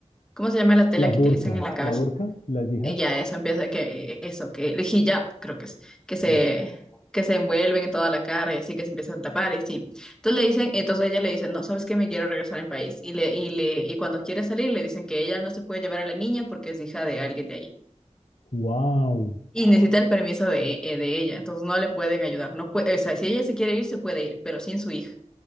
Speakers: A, in the centre; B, on the left.
A: ¿cómo se llama la tela
B: La
A: que
B: burka,
A: utilizan en la cabeza?
B: la burka, la yihad.
A: eh, ya eso empieza que eh, eso, que el hijab, creo que es, que se,
B: eh,
A: que se envuelven en toda la cara y así que se empiezan a tapar y sí. Entonces le dicen, entonces ella le dice, no, sabes que me quiero regresar a mi país. Y le, y le, y cuando quiere salir le dicen que ella no se puede llevar a la niña porque es hija de alguien de ahí.
B: Wow.
A: Y necesita el permiso de, eh, de ella, entonces no le pueden ayudar. No puede, o sea, si ella se quiere ir, se puede ir, pero sin su hija.